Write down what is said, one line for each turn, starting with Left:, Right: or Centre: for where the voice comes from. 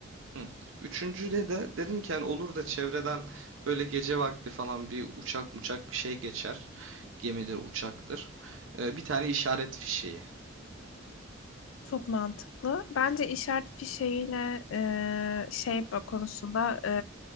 Right: Hı. Üçüncüde de dedim ki hani olur da çevreden böyle gece vakti falan bir uçak uçak bir şey geçer. Gemidir, uçaktır. Ee, bir tane işaret fişeği.
Left: Çok mantıklı. Bence işaret fişeğine e, şey bak- konusunda